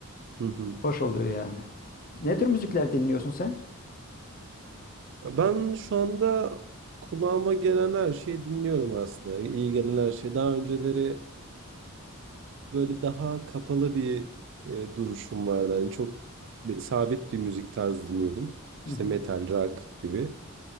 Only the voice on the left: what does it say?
Hoş oluyor yani. Ne tür müzikler dinliyorsun sen?
Hı
hı.